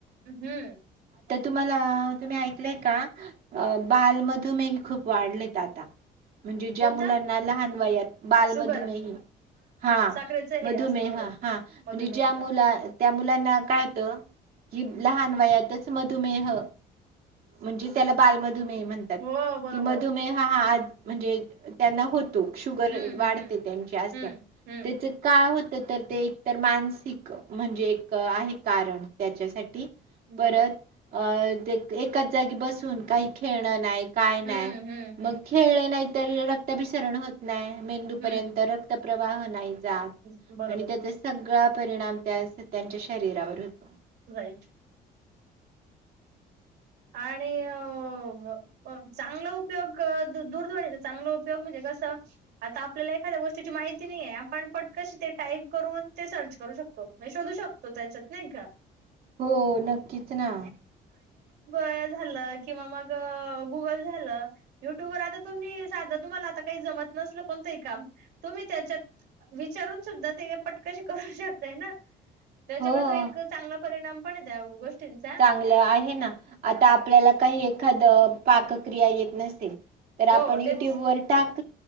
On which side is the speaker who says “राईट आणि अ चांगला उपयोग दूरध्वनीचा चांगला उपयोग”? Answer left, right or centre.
Right